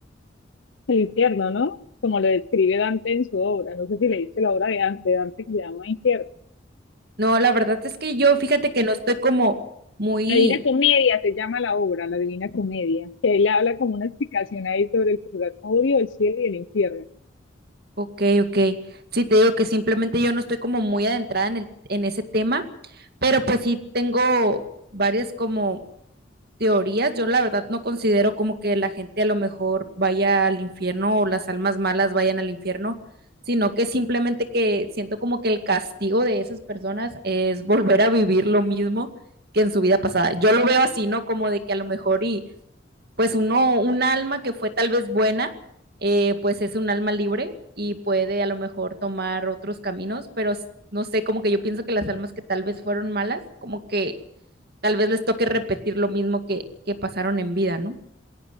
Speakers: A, on the left; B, on the right.
A: el infierno, ¿no? Como lo describe Dante en su obra. No sé si leíste la obra de Dante, Dante que se llama Infierno.
B: no, la verdad es que yo, fíjate que no estoy como muy...
A: La Divina Comedia se llama la obra, la Divina Comedia, que él habla como una explicación ahí sobre el purgatorio, el cielo y el infierno.
B: Ok, ok. Sí, te digo que simplemente yo no estoy como muy adentrada en el, en ese tema, pero pues sí tengo varias como teorías. Yo la verdad no considero como que la gente a lo mejor vaya al infierno o las almas malas vayan al infierno, sino que simplemente que siento como que el castigo de esas personas es volver a vivir lo mismo que en su vida pasada. Yo lo veo así, ¿no? Como de que a lo mejor y pues uno, un alma que fue tal vez buena, eh, pues es un alma libre y puede a lo mejor tomar otros caminos, pero s- no sé, como que yo pienso que las almas que tal vez fueron malas, como que tal vez les toque repetir lo mismo que, que pasaron en vida, ¿no?